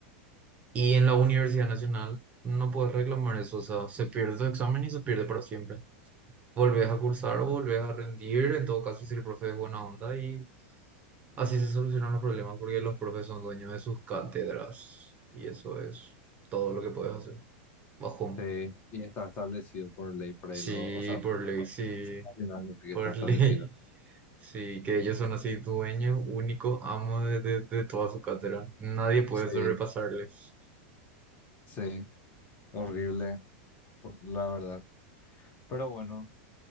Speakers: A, on the right; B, on the left.
A: Y en la Universidad Nacional no puedes reclamar eso. O sea, se pierde tu examen y se pierde para siempre. Volvés a cursar, o volvés a rendir, en todo caso si el profe es buena onda y así se solucionan los problemas porque los profes son dueños de sus cátedras. Y eso es todo lo que puedes hacer. Bajón.
B: Sí, y está establecido por ley, por
A: Sí,
B: ahí lo, o sea,
A: por
B: por la
A: ley,
B: Constitución
A: sí,
B: nacional, no sé qué
A: por
B: está establecido.
A: <laughs> ley. Sí, que ellos son así dueños, únicos amos de, de- de toda su cátedra. Nadie puede
B: Sí,
A: sobrepasarles.
B: sí, horrible, por- la verdad. Pero bueno.